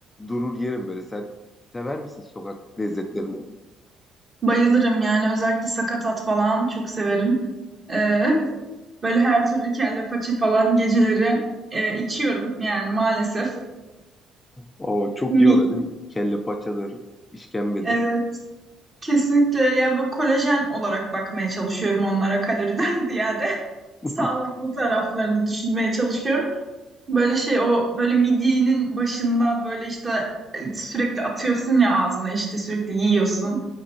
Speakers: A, on the left (about 20°); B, on the right (about 30°).
A: durur yerim böyle. Sen sever misin sokak lezzetlerini?
B: Bayılırım yani özellikle sakatat falan çok severim. Ee, <laughs> Böyle her türlü kelle paça falan geceleri e, içiyorum yani maalesef.
A: O çok iyi
B: Mi-
A: oluyor değil mi? Kelle paçadır, işkembedir.
B: Evet kesinlikle yani böyle kolajen olarak bakmaya çalışıyorum onlara kaloriden <laughs> ziyade
A: <laughs>
B: sağlıklı taraflarını düşünmeye çalışıyorum. Böyle şey o böyle midyenin başında böyle işte e, sürekli atıyorsun ya ağzına işte sürekli yiyorsun.